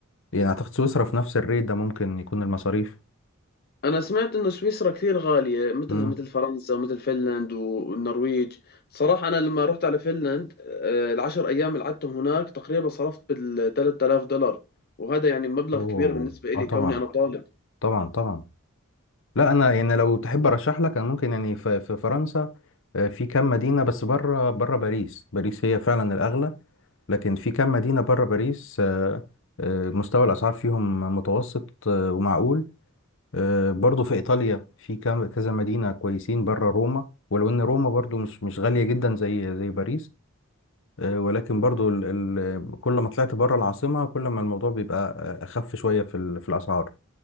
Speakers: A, on the left; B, on the left.
A: يعني اعتقد سويسرا في نفس الريت ده ممكن يكون المصاريف
B: أنا سمعت إنه سويسرا كثير غالية مثلها
A: امم
B: مثل فرنسا ومثل فنلند والنرويج صراحة أنا لما رحت على فنلند آه، العشر أيام اللي قعدتهم هناك تقريبا صرفت بال 3000 دولار وهذا يعني مبلغ
A: اوه
B: كبير بالنسبة إلي
A: اه طبعا
B: كوني أنا طالب
A: طبعا طبعا لا انا يعني لو تحب ارشح لك انا ممكن يعني في, في فرنسا آه، في كام مدينة بس بره بره باريس باريس هي فعلا الاغلى لكن في كام مدينة بره باريس آه آه مستوى الاسعار فيهم متوسط آه ومعقول آه برضو في ايطاليا في كام كذا مدينة كويسين بره روما ولو ان روما برضو مش مش غالية جدا زي زي باريس آه، ولكن برضو ال ال كل ما طلعت بره العاصمة كل ما الموضوع بيبقى آه، أخف شوية في ال- في الأسعار